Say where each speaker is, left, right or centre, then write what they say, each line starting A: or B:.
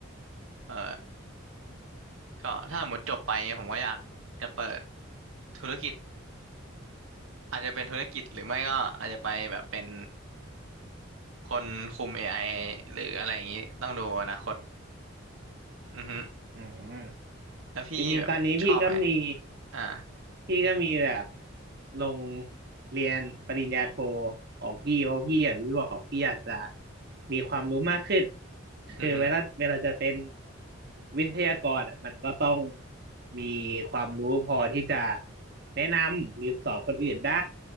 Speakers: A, on the right; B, on the right.
A: เอ่อ ก็ถ้าหมดจบไปเนี่ยผมก็อยากจะเปิดธุรกิจอาจจะเป็นธุรกิจหรือไม่ก็อาจจะไปแบบเป็นคนคุม AI หรืออะไรอย่างนี้ต้องดูอนาคตอือฮึ
B: อืม
A: แล้วพี่แบบชอบไหม
B: จริงๆตอนนี้พี่ก็มี
A: อ่า
B: พี่ก็มีแบบลงเรียนปริญญาโทของพี่เพราะพี่อย่างที่บอกพี่อยากจะมีความรู้มากขึ้นคือเวลาเวลาจะเป็น
A: อือฮึ
B: วิทยากรอะมันก็ต้องมีความรู้พอที่จะแนะนำหรือสอนคนอื่นได้